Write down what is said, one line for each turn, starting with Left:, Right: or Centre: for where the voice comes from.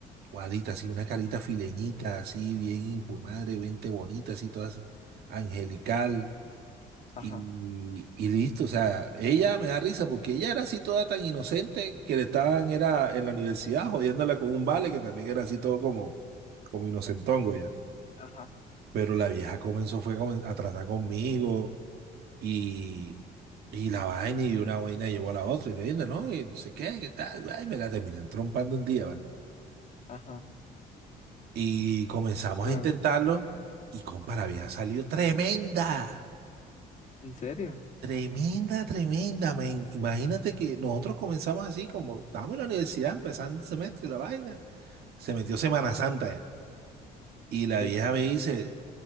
Right: Guadita, así, una carita fileñita,
Left: Ok.
Right: así, bien, hijo de madre, vente bonita, así, todas angelical.
Left: Ajá,
Right: Y, y listo, o sea, ella me da risa porque ella era así toda tan inocente que le estaban, era en la universidad jodiéndola con un vale que también era así todo como, como inocentongo ya.
Left: ajá,
Right: Pero la vieja comenzó fue como a tratar conmigo y, y la vaina y una vaina llevó a la otra y le dije, no, y no sé qué, qué tal, ay, me la terminan trompando un día,
Left: ajá.
Right: Y comenzamos
Left: Luego,
Right: a intentarlo y compa, había salido tremenda,
Left: ¿en serio?
Right: tremenda, tremenda, men. Imagínate que nosotros comenzamos así, como estábamos en la universidad, empezando el semestre, la vaina. Se metió Semana
Left: Ajá,
Right: Santa ya. Y la
Left: listo.
Right: vieja me dice,